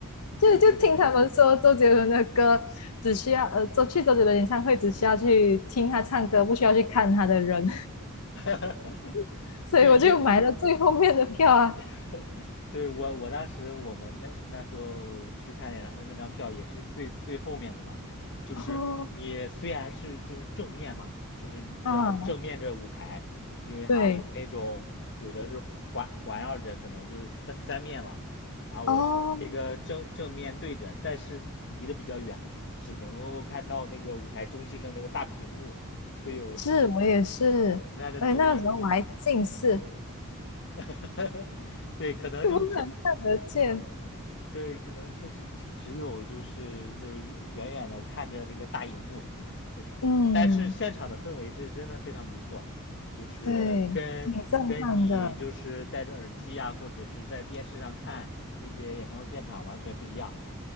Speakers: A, on the left; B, on the left.
A: 就就听他们说周杰伦的歌，
B: 对对对，
A: 只需要呃，周去周杰伦演唱会只需要去听他唱歌，不需要去看他的人，
B: <laughs>
A: <laughs> 所以我就买了最后面的票啊。
B: 对，因 <laughs> 对，我我当时我们那那时候去看演唱会那张票也是最最后面的嘛，就是你虽然是就是正面嘛，
A: 哦，
B: 就是你知道正面这舞台，
A: <laughs> 啊，
B: 因为它有那种有的是环环绕着，
A: 对，
B: 可能就是三三面嘛，然后我是一个正正面对着，
A: 哦，
B: 但是离得比较远，只能够看到那个舞台中心的那个大屏幕会有
A: 是我也是，
B: <laughs> 它的投影，
A: 而且那个时候我还近视，
B: <laughs> 对，可能就确
A: 就不是很看得见。
B: 对，可能确实只只有就是就是远远远的看着那个大荧幕，
A: 嗯，
B: 但是现场的氛围这真的非常不错，就是跟跟你就是戴着耳机啊，
A: 对，挺震撼的，
B: 或者是在电视上看那些演唱会现场完全不一样。